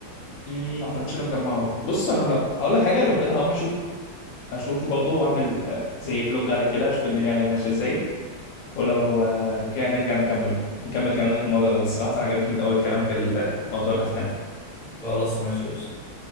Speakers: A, on the left; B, in the centre.
A: مم، ما اعتقدش ان انا مجمعه أوي. بص انا لو هقول لك حاجه لو كده هروح اشوف هشوفه برضه واعمل آه، زي فلوج عليه كده اشوف الدنيا عليه ماشيه ازاي ولو آه، كده نرجع نكمل نكمل كلامنا في الموضوع ده بس صراحه انا عجبتني الاول كلام في ال- موضوع الافلام
B: خلاص ماشي قشطة